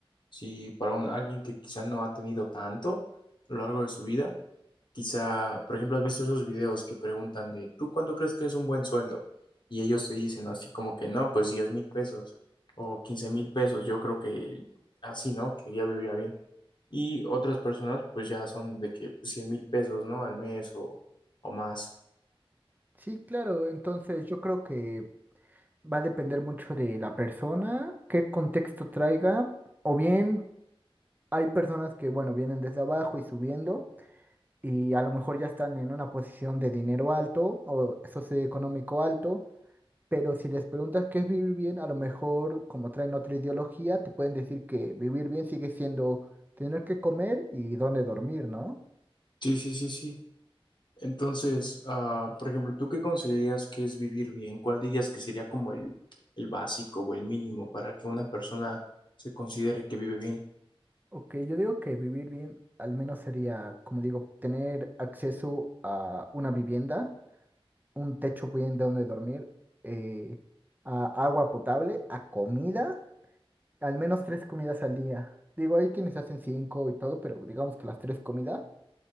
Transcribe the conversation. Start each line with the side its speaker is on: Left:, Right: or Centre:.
Left: Si para un- alguien que quizá no ha tenido tanto a lo largo de su vida, quizá, por ejemplo, has visto esos videos que preguntan de, ¿tú cuánto crees que es un buen sueldo? Y ellos te dicen así como que no, pues diez mil pesos o quince mil pesos. Yo creo que así, ¿no? Que ya vivía bien. Y otras personas, pues ya son de que pues, 100 mil pesos, ¿no? Al mes o, o más.
Right: Sí, claro, entonces yo creo que va a depender mucho de la persona, qué contexto traiga, o bien hay personas que, bueno, vienen desde abajo y subiendo y a lo mejor ya están en una posición de dinero alto o socioeconómico alto, pero si les preguntas qué es vivir bien, a lo mejor como traen otra ideología, te pueden decir que vivir bien sigue siendo tener que comer y dónde dormir, ¿no?
Left: Sí, sí, sí, sí. Entonces, ah, por ejemplo, ¿tú qué consideras que es vivir bien? ¿Cuál dirías que sería como el, el básico o el mínimo para que una persona se considere que vive bien?
Right: Ok, yo digo que vivir bien al menos sería, como digo, tener acceso a una vivienda, un techo bien donde dormir, eh, a agua potable, a comida, al menos tres comidas al día. Digo, hay quienes hacen cinco y todo, pero digamos que las tres comidas.